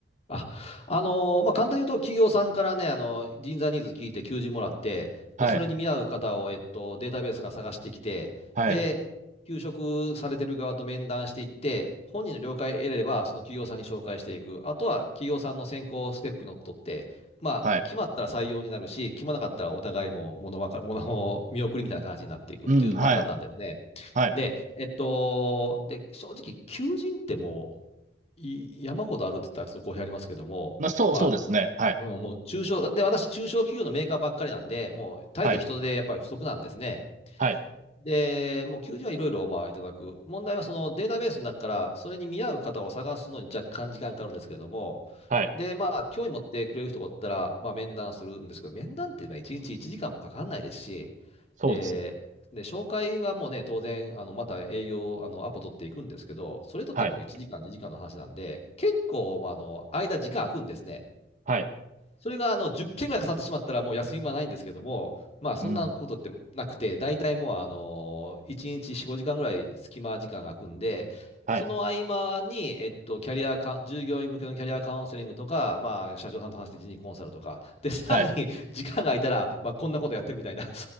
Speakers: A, on the left (about 35°); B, on the right (about 45°).
A: あ、あのーまあ、簡単に言うと、企業さんからね、あの、人材ニーズ聞いて求人もらって、
B: はい。
A: で、それに見合う方を、えっと、データベースから探してきて、
B: はい。
A: で、求職されてる側と面談していって、本人の了解を得れれば、その企業さんに紹介していく。あとは、企業さんの選考ステップにのっとって、まあ、
B: はい。
A: 決まったら採用になるし、決まらなかったらお互いも物わか、物を見送りみたいな感じになっていくっていうパターンなんですね。
B: うん、はい。はい。
A: で、えっと、で、正直、求人ってもう、い山ほどあるって言ったらちょっと語弊ありますけども、
B: まあ、そう、
A: まあ、
B: そうですね。はい。
A: うん、もう中小、で、私、中小企業のメーカーばっかりなんで、もう絶えず人手やっぱり不足なんですね。
B: はい。はい。
A: で、もう求人はいろいろまあいただく。問題はそのデータベースの中からそれに見合う方を探すのに若干時間かかるんですけれども、
B: はい。
A: で、まあ興味持ってくれる人がおったら、まあ面談するんですけど、面談っていうのは1日1時間もかかんないですし、
B: そうですね。
A: で、で紹介はもうね、当然、あのまた営業、あのアポ取っていくんですけど、それとっても1時間、
B: はい。
A: 2時間の話なんで、結構、まああの間、時間空くんですね。
B: はい。
A: それがあの10件ぐらい重なってしまったら、もう休みはないんですけども、まあそんなことってなくて、
B: うん。
A: 大体もうあの1日4、5時間ぐらい隙間時間が空くんで、
B: はい。
A: その合間に、えっと、キャリアか、従業員向けのキャリアカウンセリングとか、まあ、社長さんと話して人事コンサルとか、で、さらに時間が空いたら、
B: はい。
A: まあ、こんなことやってるみたいな、<laughs> はい、